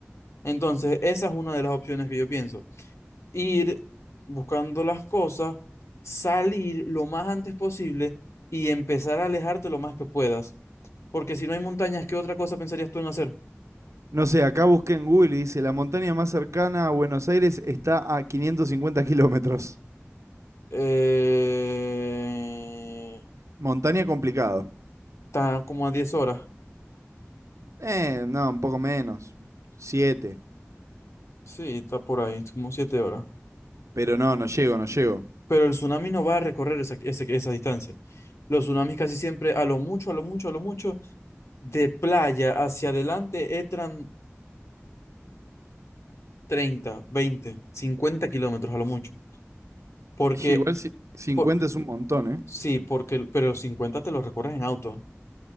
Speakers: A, on the left; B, on the right.
A: Entonces, esa es una de las opciones que yo pienso. Ir buscando las cosas, salir lo más antes posible y empezar a alejarte lo más que puedas. Porque si no hay montañas, ¿qué otra cosa pensarías tú en hacer?
B: No sé, acá busqué en Google y dice, la montaña más cercana a Buenos Aires está a 550 kilómetros.
A: Eh...
B: Montaña complicado.
A: Está como a 10 horas.
B: Eh, no, un poco menos. Siete.
A: Sí, está por ahí, como 7 horas.
B: Pero no, no llego, no llego.
A: Pero el tsunami no va a recorrer esa, ese- esa distancia. Los tsunamis casi siempre, a lo mucho, a lo mucho, a lo mucho, de playa hacia adelante, entran 30 20 50 kilómetros a lo mucho. Porque,
B: <laughs> Igual si Cincuenta
A: por-
B: es un montón, ¿eh?
A: sí, porque, pero 50 te los recorres en auto.